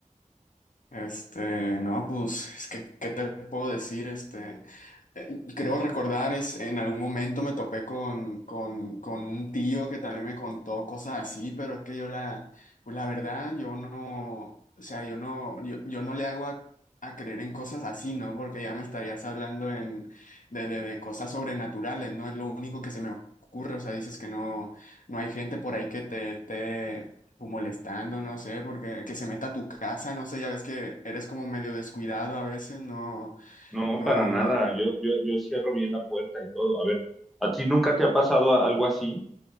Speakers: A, on the left; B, in the centre.
A: Este, no, pues, es que, ¿qué te puedo decir? Este, eh, creo recordar, es, en algún momento me topé con, con, con un tío que también me contó cosas así, pero es que yo la, pues la verdad, yo no, o sea, yo no, yo, yo no le hago a, a creer en cosas así, ¿no? Porque ya me estarías hablando en, de, de, de cosas sobrenaturales, no es lo único que se me ocurre, o sea, dices que no, no hay gente por ahí que te, esté o molestando, no sé, porque que se meta a tu casa, no sé, ya ves que eres como medio descuidado a veces, no,
B: No,
A: no,
B: para nada.
A: no.
B: Yo, yo, yo cierro bien la puerta y todo. A ver, ¿a ti nunca te ha pasado a- algo así?